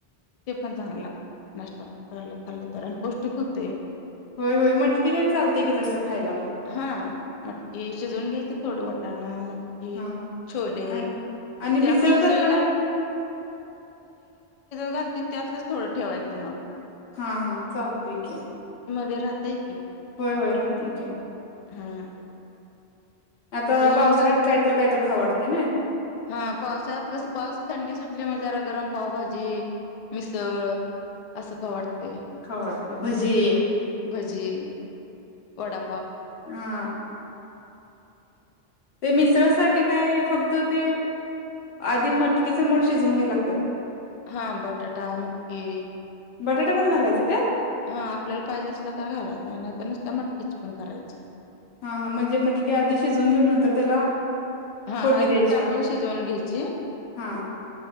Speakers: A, on the left; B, on the left.
A: ते पण चांगलं लागते नाष्ट्ा म्हणून क खाल्लं तर आणि पौष्टिक होते
B: होय होय मटकी तेन चालतंय की तसं खायला मग
A: हा मटकी शिजून घ्यायचे थोडे वाट टाणा मटकी
B: हा हा
A: छोले
B: आणि आणि मिसळ
A: ते आपण उसळेला
B: करताना पण
A: घालतो त्यातलंच थोडं ठेवायचं मग
B: हा हा चालतय क
A: राहते आहे की
B: होय होय राहते ग
A: हा
B: आता
A: फ्रीज
B: पावसाळ्यात
A: मधलं
B: काहीत काहीत खवडते ना
A: हा पावसात कसं पावस थंडी सुटली म्हज जरा गरम पावभाजी मिसळ असं का वाटते
B: ख वाडते भजी
A: भजी वडा
B: हा ते मिसळसाठी काय फक्त ते आधी मटकीचे मूड शिजून घ्याला लात
A: हा बटाटा मटकी
B: बटाटा पण घालायच त्यात
A: हा आपल्याला पाहिजे असला तर घालायचं नाहीतर नुसत मटकीच पण करायची
B: हा म्हणजे मटके आधी शिजवून घेऊन नंतर त्याला
A: हा
B: फोडणी
A: हळद
B: द्यायची
A: मि टाकून शिजवून घ्यायची
B: हा